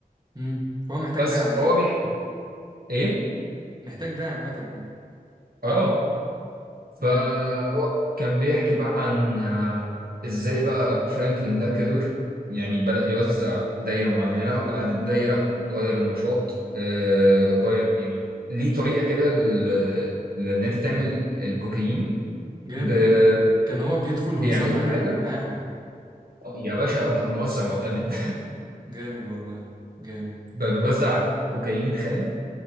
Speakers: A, on the right; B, on the right.
A: امم فهو محتاج
B: بس
A: ده عامة
B: هو بيحكي ايه
A: محتاج ده عامة يعني
B: اه فهو
A: جامد
B: كان بيحكي بقى عن آه، ازاي بقى فرانكلين ده كبر يعني بدأ يوزع دايرة معينة وبعد الدايرة غير النشاط آه، غير يعني ليه طريقة كده ل- لأن أنت تعمل الكوكايين
A: جامد
B: ب-
A: والله كان هو بيدخل
B: بيعملوا
A: ويصنع يعني
B: حاجة
A: معاهم
B: آه، يا باشا بقى موزع معتمد
A: جامد والله جامد
B: <laughs> بقى بيوزع كوكايين خام